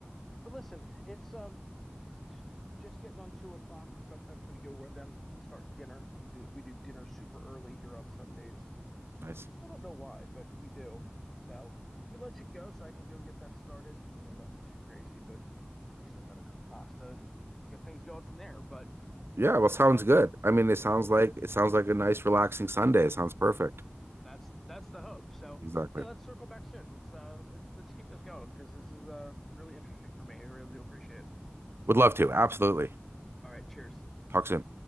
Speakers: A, in the centre; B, on the right (about 70°).
A: But listen, it's um it's just getting on two o'clock. It's about time for me to go run down and start dinner. We do we do dinner super early here on Sundays.
B: Nice.
A: Still don't know why, but we do. So let me let you go so I can go get that started. You know, nothing too crazy, but you know, I still gotta cook pasta and get things going from there. But
B: yeah, well,
A: let's
B: sounds
A: uh
B: good. I mean, it sounds
A: let's
B: like it sounds like a nice, relaxing Sunday. It sounds perfect.
A: that's that's the hope. So
B: Exactly.
A: yeah, let's circle back soon. Let's uh let's let's keep this going because this is uh really interesting for me. I really do appreciate it.
B: Would love to. Absolutely.
A: All right, cheers.
B: Talk soon.